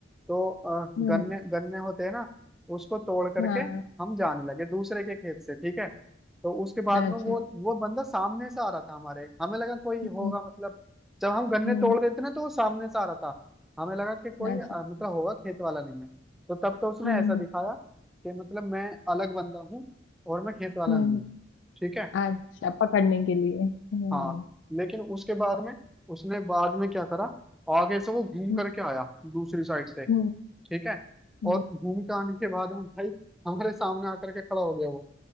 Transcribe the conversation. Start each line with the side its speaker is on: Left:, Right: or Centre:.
Centre: तो अ,
Left: हम्म
Centre: गन्ने
Left: हूँ।
Centre: गन्ने होते हैं ना उसको तोड़ करके
Left: हाँ
Centre: हम जाने लगे दूसरे के खेत से ठीक है तो उसके बाद
Left: अच्छा
Centre: में वो वो बंदा सामने से आ रहा था हमारे हमें लगा कोई
Left: हम्म
Centre: होगा मतलब जब हम गन्ने
Left: हम्म
Centre: तोड़ रहे थे ना तो वो सामने से आ रहा था हमें लगा कि कोई
Left: अच्छा
Centre: अ, मतलब होगा खेत वाला नहीं है तो तब तो उसने
Left: हम्म
Centre: ऐसा
Left: हम्म
Centre: दिखाया कि मतलब मैं अलग बंदा हूँ और मैं खेत वाला
Left: हम्म,
Centre: नहीं हूँ ठीक है
Left: अच्छा पकड़ने के लिए हम्म
Centre: हाँ लेकिन उसके बाद में उसने बाद में क्या करा आगे से वो घूम
Left: हम्म
Centre: करके आया दूसरी साइड से
Left: हम्म
Centre: ठीक है
Left: हम्म,
Centre: और घूम के आने के बाद में भाई हमारे सामने आकर के खड़ा हो गया वो